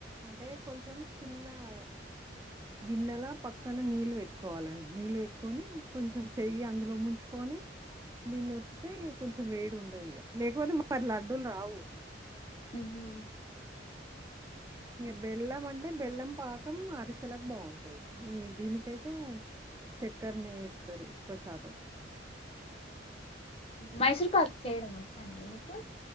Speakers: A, on the right; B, on the left.
A: అంటే కొంచెం చిన్నగా <unintelligible> గిన్నెలా పక్కన నీళ్ళు పెట్టుకోవాలండి, నీళ్ళు పెట్టుకొని కొంచెం చెయ్యి అందులో ముంచుకొని. దీన్నోతితే కొంచెం వేడిగుండదిగా, లేకపోతే మారి లడ్డూలు రావు.
B: ఉహు
A: ఇంగ బెల్లం, అంటే బెల్లం పాకం అరిసెలాకి బావుంటది. ఈ దీనికైతే, చక్కర్నే ఎస్తారు ఎక్కువ శాతం.
B: మైసూర్ పాకు చేయడం వచ్చాడి మీకు?